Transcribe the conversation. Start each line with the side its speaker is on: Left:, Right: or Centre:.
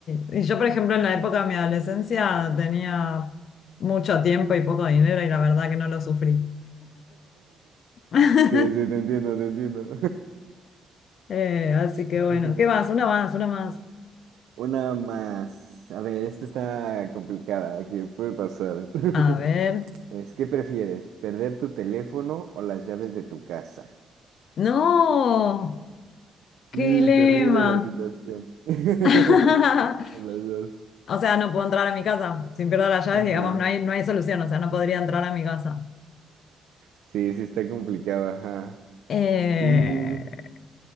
Left: y yo por ejemplo en la época de mi adolescencia tenía mucho tiempo y poco dinero y la verdad que no lo sufrí. <laughs>
Right: Sí, sí, te entiendo, te entiendo.
Left: Eh, así que
Right: <laughs>
Left: bueno, ¿qué más? Una más, una más.
Right: Una más. A ver, esta está complicada, aquí puede pasar. <laughs>
Left: A ver.
Right: Es, ¿qué prefieres? ¿Perder tu teléfono o las llaves de tu casa?
Left: No, qué
Right: Y
Left: dilema.
Right: terrible la situación. <laughs>
Left: <laughs>
Right: Las dos.
Left: O sea, no puedo entrar a mi casa. Sin pierdo las llaves,
Right: Ajá.
Left: digamos, no hay, no hay solución. O sea, no podría entrar a mi casa.
Right: Sí, sí está complicado, ajá.
Left: Eh,
Right: Y...